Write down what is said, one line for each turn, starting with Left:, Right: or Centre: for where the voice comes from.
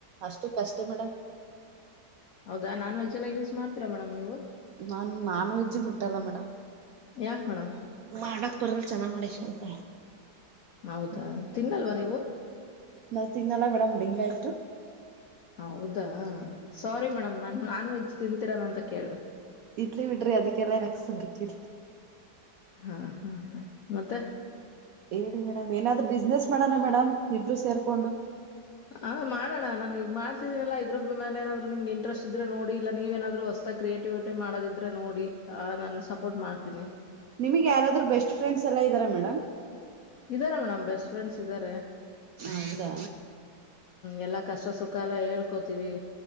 Right: ಅಷ್ಟು ಕಷ್ಟ ಮೇಡಮ
Left: ಹೌದಾ ನಾನ್ ವೆಜ್ ಎಲ್ಲ ಯೂಸ್ ಮಾಡ್ತೀರಾ ಮೇಡಮ್ ನೀವು
Right: ನನ್ ನಾನ್ ವೆಜ್ಜ್ ಮುಟ್ಟಲ್ಲ ಮೇಡಮ್
Left: ಯಾಕ ಮೇಡಮ್
Right: ಮಾಡಕ್ ಬರಲ್ ಚೆನ್ನಾಗ್ ಮಾಡಿಸ್ಕಂತ
Left: ಹೌದಾ
Right: ಹ
Left: ತಿನ್ನಲ್ವಾ ನೀವು
Right: ನವ ತಿಂಗನಲ್ಲ ಮೇಡಮ್ ಹೆಂಗ ಆಯ್ತ
Left: ಹೌದಾ ಸಾರಿ ಮೇಡಮ್ ನಾ ನಾನ್ ವೆಜ್ ತಿಂತೀರಾನ ಅಂತ ಕೇಳ್ದ
Right: ಇಡ್ಲಿ ಬಿಡ್ರಿ ಅದಕ್ಕೆಲ್ಲ ಯಾಕ್ಸರ್ಕತ್ರಿ
Left: ಹಾ ಹಾ ಮತ್ತೆ
Right: ಹೇಳಏಿ ಮೇಡಮ್ ಏನಾದ್ರು ಬಿಸ್ನೆಸ್ ಮಾಡೋಣ ಮೇಡಮ್ ಇಬ್ರು ಸೇರ್ಕೊಂಡು
Left: ಹಾ ಮಾಡೋಣ ನಾನ ಈಗ ಮಾಡ್ತಿದೀನಲ್ಲ ಇದ್ರೊಬ್ಬ ಮೇಲೆ ಏನಾದ್ರು ನಿಮ್ಗೆ ಇಂಟೆಸ್ಟ್ ಇದ್ರೆ ನೋಡಿ ಇ ನೀವೇನಾದ್ರು ಹೊಸ ಕ್ರಿಯೇಟಿವಿಟಿ ಮಾಡದ ಆದ್ರೆ ನೋಡಿ ಆ ನನ್ ಸಪೋರ್ಟ್ ಮಾಡ್ತೀನಿ
Right: ನಿಮ್ಗ್ ಯಾರಾದ್ರರು ಬೆಸ್ಟ್ ಫ್ರೆಂಡ್ಸ್ ಎಲ್ಲ ಇದಾರಾ ಮೇಡಮ್
Left: ಇದಾರೆ ಮೇಡಮ್ ಬೆಸ್ಟ್ ಫ್ರೆಂಡ್ಸ್ ಇದ್ದಾರೆ
Right: ಹೌದಾ
Left: ಎಲ್ಲಾ ಕಷ್ಟ ಸುಖ ಎಲ್ಲ ಹೇಳ್ಕೋತಿೀವಿ